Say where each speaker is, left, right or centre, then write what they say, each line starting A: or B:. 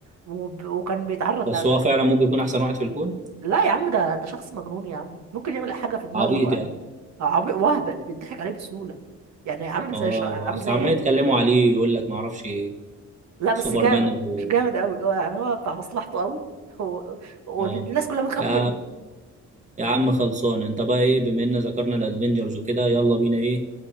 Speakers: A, on the right (about 60°); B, on the right (about 25°).
A: وب... وكان بيتعرض
B: بس
A: ل
B: هو فعلا ممكن يكون احسن واحد في الكون
A: لا يا عم ده ده شخص مجنون يا عم ممكن يعمل اي حاجة في دماغه
B: عبيط
A: عادي
B: يعني
A: آه، عبي... وهبل بيضحك عليه بسهولة يعني عامل
B: اه
A: زي ش... عامل
B: اصل
A: زي
B: عمال
A: ايه
B: يتكلموا عليه يقول لك ما اعرفش
A: لا بس
B: سوبرمان
A: جامد
B: ابو
A: مش جامد قوي هو يعني هو بتاع مصلحته قوي هو... والناس
B: اه
A: كلها بتخاف
B: يا
A: منه
B: يا عم خلصان انت بقى ايه بما ان ذكرنا الادفنجرز وكده يلا بينا ايه